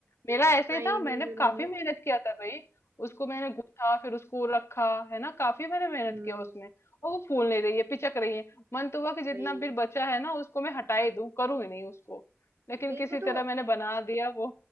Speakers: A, on the right (about 80°); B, on the left (about 80°).
A: <laughs>
B: मेरा ऐसे
A: ट्राई
B: ही था
A: नहीं
B: मैंने
A: करूंगी
B: काफी मेहनत किया था भाई उसको मैंने गूथा फिर उसको रखा है ना काफी मैंने मेहनत
A: हम्म
B: किया उसमें और वो फूल नहीं रही है पिचक रही है मन तो हुआ कि जितना
A: वही
B: भी बचा है ना उसको मैं हटा ही दूं करूं ही नहीं उसको लेकिन
A: मेरे
B: किसी
A: को तो
B: तरह मैंने बना दिया वो